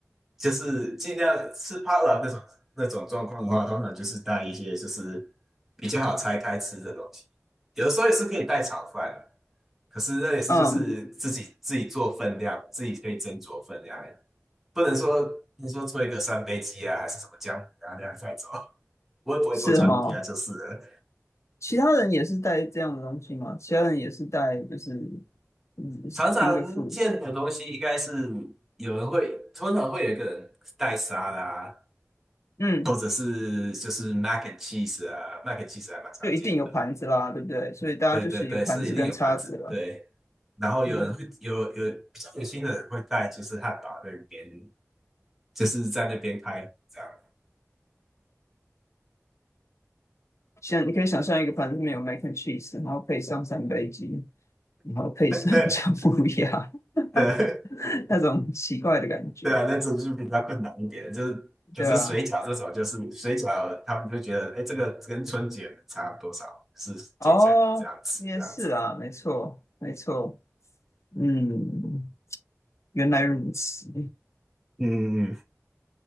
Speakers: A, in the centre; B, on the left.
A: 就是尽量吃怕了那种那种状况的话，通常就是带一些就是比较好拆开吃的东西。有的时候也是可以带炒饭，可是那也是就是自己自己做分量，
B: 嗯，
A: 自己可以斟酌分量，不能说你说做一个三杯鸡啊，还是什么姜母鸭那样带走。<laughs> 我也不会做姜母鸭就是了。
B: 是哈、其他人也是带这样的东西嘛？其他人也是带就是嗯
A: 常常见的东西应该是
B: finger food，
A: 有人会，通常会有一个人带沙拉。
B: 嗯，
A: 或者是就是 mac and cheese 啊，mac and cheese 还蛮常见的。
B: 就一定有盘子啦，对不对？所以大家就是有盘子跟叉子了。
A: 对对对，是一定有盘子。对，然后有人会有有比较有心的人会带，
B: 嗯，
A: 就是汉堡那边，就是在那边拍这样。
B: 像你可以想象一个盘子里面有 mac and cheese，然后配上三杯鸡，然后配上姜母鸭，
A: <laughs> 对
B: <laughs> 那种奇怪的感觉，
A: 对啊，那种就比较困难一点。就是可是水饺这种，
B: 对啊。
A: 就是水饺，他们就觉得，哎，这个跟春卷差多少，是捡起来可以这样吃这样子。
B: 哦，也是啊，没错，没错，嗯，原来如此。
A: 嗯嗯